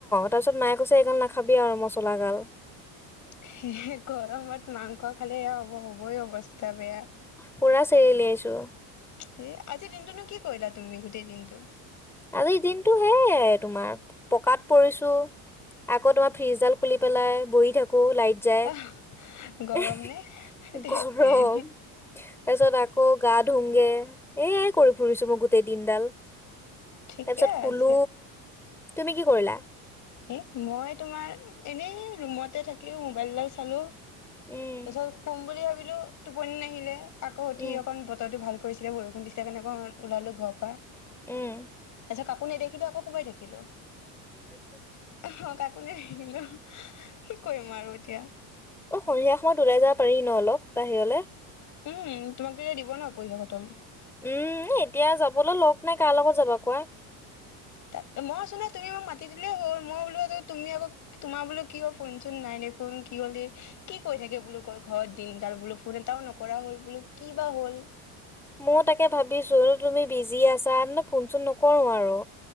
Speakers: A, in the centre; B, on the left (about 45°).
A: তাৰপিছত মায়ে কৈছে এইগাল নাখাবি আৰু মছলাগাল
B: হে গৰমত মাংস। খালে হ'ব হ'বই অৱস্থা বেয়া।
A: পোৰা চেৰিলিয়াইছোঁ।
B: এ আজিৰ দিনটোনো কি কৰিলা তুমি গোটেই দিনটো।
A: আজিৰ দিনতটো সেইয় তোমাৰ পকাত পৰিছো আকৌ তোমাৰ ফ্ৰিজডাল খুলি পেলাই বহি থাকো। আকৌ লাইট যায়
B: আহ গৰম
A: এইহ
B: নে ধেৎ
A: গৰম
B: তেৰি
A: তাৰপিছত আকৌ গাতত। ধুংগে এয়াই কৰি ফুৰিছো মই গোটেই দিনডাল
B: ঠিকে
A: তাৰ পিছত শুলো
B: আছে।
A: তুমি কি কৰিলা।
B: হে মই তোমাৰ এনেই ৰুমতে থাকি মোবাইলডাল চালো। তাৰপাছত
A: উম
B: খুম বুলি ভাবিলো। হেল্ল' টোপনি নাহিলে। আকৌ উঠি
A: উম
B: অকণ বতৰটো ভাল। কৰিছিলে বৰষুণ দিছিলে কাৰণে আকৌ ওলালো ঘৰ পৰা।
A: উম।
B: ত কাকো নেদেখিলোঁ আকৌ সোমাই থাকিলো অ কাকো ন নেদেখিলোঁ কি কৰিম আৰু এতিয়া।
A: অ সন্ধিয়া সময়ত ওলাই যাব পাৰি ন অলপ বাহিৰলে।
B: উম তোমাকতো এতিয়া দিব ন পইীক্ষা খতম।
A: উম এতিয়া যাবলৈ লগ নাই কাৰ লগত যাবা কোৱা।
B: ত মই চুনা তুমি মাক মাতি দিলেই হ'ল মই বোলো তুমি আকৌ তোমাৰ বোলো কি ক ফোনচোন নাই দেখোন কি হ'ল কি কৈ থাকে বোলো ক ঘৰত দিনডাল বোলো ফোন এটাও নকৰা হ'ল বোলো কি বা হ'ল।
A: মইও তাকে ভাবিছো তুমি বিজি আছা ফোন চোন নকৰো আৰু।